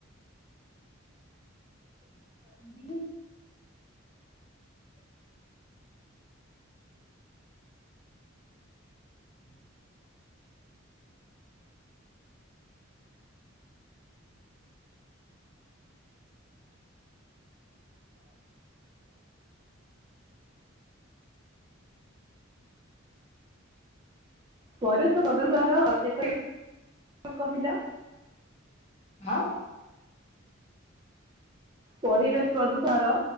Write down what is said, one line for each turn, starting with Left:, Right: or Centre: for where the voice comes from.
Left: ବି ହୁଁ।
Right: ପରେଷ ପ୍ରଦଶ୍ରେଣିର କେତେ କହିଲ।
Left: ଅଁ।
Right: ପରିବେଶ ପ୍ରଦୂଷଣ ର